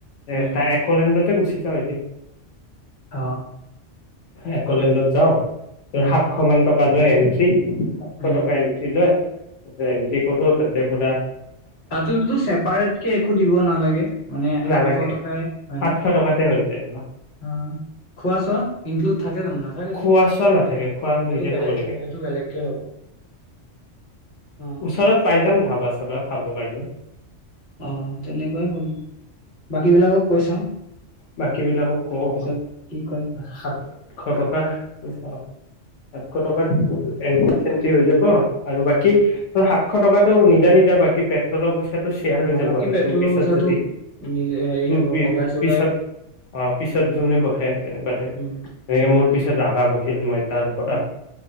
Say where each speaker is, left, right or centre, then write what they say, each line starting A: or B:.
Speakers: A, on the left; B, on the left.
A: এ
B: উম
A: তাৰ এলেণ্ডতে গুচি থা হৈ কিম
B: অ
A: এ কলেণ্ডত যাওঁ
B: উম
A: সাতশ মান টকা ল এণ্ট্ৰি আঠশ
B: উম
A: টকা এন্টি লয় ত এন্টি কৰো তাতে পৰা
B: তাত দেখো চাপাৰেতকে একু দিব নেৰাখে মানে সাতশ
A: নালাগে
B: টকা য়ে হয়
A: সাতশ
B: ন
A: টকাতে হৈ যায়
B: অ খুৱা চুবা ইনকুলুট নাথাকে
A: খোৱা
B: ন সেইটো
A: চোৱা নাথাকে খোৱা নিজে খাব লাগে
B: বেলেগ কে হ'ব অ
A: ওচৰত পাই যাম ধাবা চাবা খাব পাৰি কি হ'ল
B: অ তেনেকুৱাই কৰিম বাকী বিলাকক কৈ চাওঁ
A: বাকী বিলাকক কওঁ
B: তাৰপিছত কি কয়
A: সাতশ টকা সাতশ টকাত এণ্ট্ৰি চেণ্ট্ৰি হৈ যাব আৰু বাকী
B: উম
A: ত সাতশ টকাতটো নিজা নিজা বাকী পেট্ৰলৰ পইচাটো শ্বেয়াৰ হৈ
B: অ
A: যাব
B: বাকী
A: আৰু
B: পেট্ৰলৰ
A: তোৰ পিছত
B: পইচাটো
A: যদি
B: নিজ হেৰি
A: তোৰ
B: হ'ব ভগাই চগাই
A: পিছত অ পিছত যোনে বহে তেনেকুৱাতে
B: উম
A: তেনেকে
B: উম
A: মোৰ পিছত ৰাভা বহিল মই তাৰ পৰা
B: উম